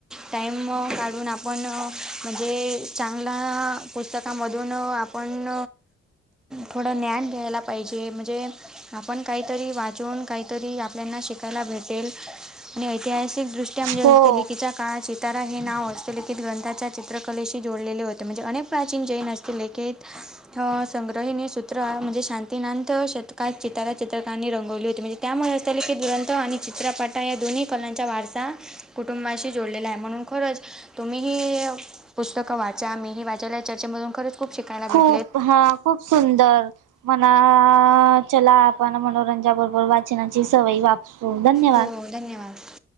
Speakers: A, in the centre; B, on the right.
A: टाइम काढून आपण म्हणजे चांगला पुस्तकामधून आपण थोडं ज्ञान घ्यायला पाहिजे म्हणजे आपण काहीतरी वाचून काहीतरी आपल्याना शिकायला भेटेल आणि ऐतिहासिक दृष्ट्या म्हणजे
B: हो
A: हस्तलिखितच्या काळात चितारा हे नाव हस्तलिखित ग्रंथात चित्रकलेशी जोडलेले होते म्हणजे अनेक प्राचीन जैन हस्तलिखित अ संग्रहिणी सूत्र म्हणजे शांतीनाथ शतकात चितारा चित्रकांनी रंगवली होती म्हणजे त्यामुळे असंले की दुरंत आणि चित्रपाटा या दोन्ही कलांचा वारसा कुटुंबाशी जोडलेला आहे म्हणून खरंच तुम्ही पुस्तक वाचा मीही वाचायला चर्चेमधून खरंच खूप शिकायला भेट
B: खूप हा खूप सुंदर मणा चला आपण मनोरंजा बरोबर वा वाचनाची सवयी वाचतो धन्यवाद.
A: हो धन्यवाद.